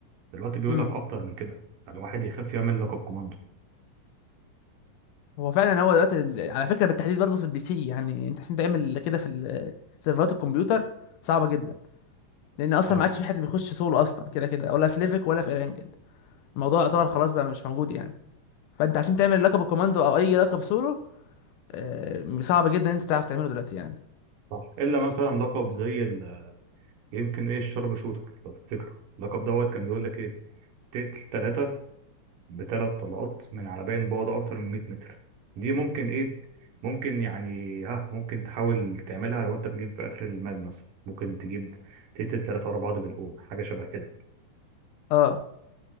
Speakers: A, on the right; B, on the left.
A: دلوقتي بيقول
B: امم
A: لك اكتر من كده فالواحد يخاف يعمل لقب كوماندو
B: هو فعلا هو دلوقتي ال- على فكره بالتحديد برضه في البي سي يعني انت عشان تعمل كده في ال- سيرفرات الكمبيوتر صعبه جدا لان اصلا
A: اه
B: ما عادش في حد بيخش سولو اصلا كده كده ولا في ليفك ولا في رانجل الموضوع يعتبر خلاص بقى مش موجود يعني فانت عشان تعمل لقب الكوماندو او اي لقب سولو آه، صعب جدا ان انت تعرف تعمله دلوقتي يعني
A: صح الا مثلا لقب زي ال... يمكن ايه الشرب شوتر لو تفتكره اللقب دوت كان بيقول لك ايه تقتل ثلاثه بثلاث طلقات من على باين بعد اكتر من 100 متر دي ممكن ايه ممكن يعني ها ممكن تحاول تعملها لو انت بتجيب في اخر الماب مثلا ممكن تجيب تقتل ثلاثة ورا بعض بالقوم حاجة شبه كده
B: اه